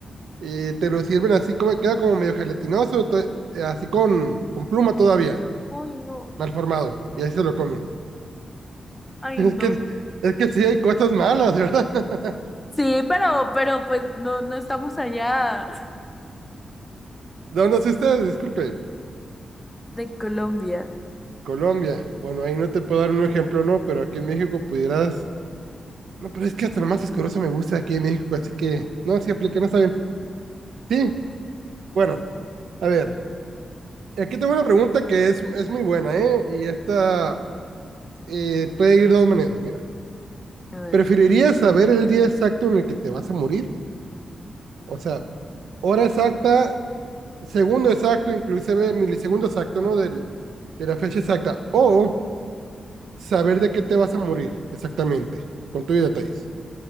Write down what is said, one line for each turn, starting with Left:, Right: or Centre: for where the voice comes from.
Right: eh, te lo sirven así como, queda como medio gelatinoso, to- eh, así con, con pluma todavía,
Left: Ay, no.
Right: mal formado, y ahí se lo comen. <laughs>
Left: Ay,
Right: Es
Left: no.
Right: que, es que sí hay cosas malas, ¿verdad? <laughs>
Left: Sí, pero pero pues no no estamos allá
Right: ¿De dónde es usted? Disculpe.
Left: <laughs> de Colombia.
Right: Colombia. Bueno, ahí no te puedo dar un ejemplo, no, pero aquí en México pudieras No, pero es que hasta lo más asqueroso me gusta aquí en México, así que no, sí aplica, no está bien. Sí, bueno, a ver, aquí tengo una pregunta que es, es muy buena, ¿eh? Y esta eh, puede ir de dos maneras, mira.
Left: A ver.
Right: ¿Preferirías saber el día exacto en el que te vas a morir?
Left: ujú,
Right: O sea, hora exacta, segundo exacto, inclusive milisegundo exacto, ¿no? Del, de la fecha exacta. O saber de qué te vas a morir exactamente, con tus detalles.